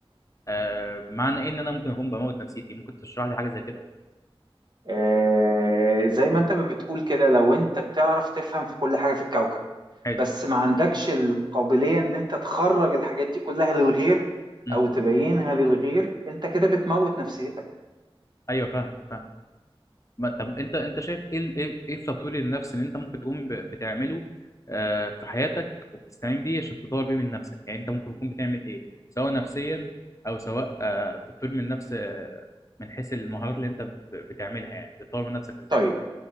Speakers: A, on the left; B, on the right.
A: آه، معنى ايه ان انا ممكن اكون بموت نفسيتي ممكن تشرح لي حاجة زي كده
B: آه زي ما انت ما بتقول كده لو انت بتعرف تفهم في كل حاجة في الكوكب
A: حلو
B: بس ما عندكش القابلية ان انت تخرج الحاجات دي كلها للغير
A: امم
B: او تبينها للغير انت كده بتموت نفسيتك
A: ايوه فاهم فاهم ما- طب انت انت شايف ايه ال- ايه ايه في تطوير النفس اللي انت ممكن تكون ب- بتعمله آه، في حياتك وبتستعين بيه عشان تطور بيه من نفسك يعني انت ممكن تكون بتعمل ايه سواء نفسيا او سواء آه، تطوير من النفس آه، من حيث المهارات اللي انت ب- بتعملها يعني بتطور من نفسك ازاي
B: طيب